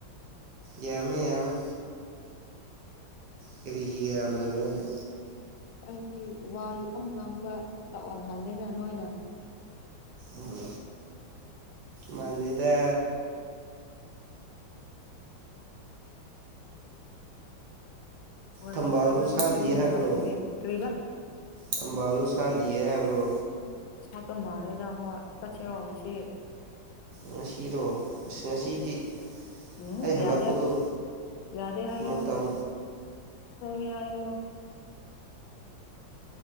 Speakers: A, on the right; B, on the left.
A: ꯌꯥꯃꯦ ꯌꯥꯃꯦ ꯀꯔꯤꯒꯤꯔꯥꯝꯗꯕꯔꯅꯦ
B: ꯑꯩꯗꯤ ꯋꯥ ꯌꯥꯝꯅ ꯉꯥꯡꯕ ꯑꯣꯟꯍꯜꯂꯦꯅ ꯅꯣꯏꯅ
A: ꯎꯝ ꯃꯟꯗꯦꯗ
B: ꯋꯥꯔꯤ
A: ꯊꯝꯕꯥꯜꯗꯣ
B: ꯁꯥꯕꯗ ꯑꯗꯨꯝ
A: ꯁꯥꯠꯂꯤ
B: ꯑꯗꯨꯝ ꯅꯨꯡꯉꯥꯏꯕꯅꯦ
A: ꯍꯥꯏꯕ꯭ꯔꯣ
B: ꯀꯔꯤꯕ
A: ꯊꯝꯕꯥꯜꯗꯣ ꯁꯥꯠꯂꯤꯌꯦ ꯍꯥꯏꯕ꯭ꯔꯣ
B: ꯁꯥꯠꯄ ꯃꯥꯜꯂꯦꯗ ꯍꯣꯏ ꯆꯠꯁꯤꯔꯣ ꯍꯧꯖꯤꯛ
A: ꯉꯁꯤꯔꯣ ꯑꯁ ꯉꯁꯤꯗꯤ
B: ꯎꯝ
A: ꯑꯩ ꯍꯜꯂꯛꯄꯗꯣ
B: ꯌꯥꯗꯦ ꯌꯥꯗꯦ ꯍꯥꯏꯒꯅꯣ
A: ꯃꯇꯝ
B: ꯊꯦꯡꯉꯦ ꯍꯥꯏꯒꯅꯣ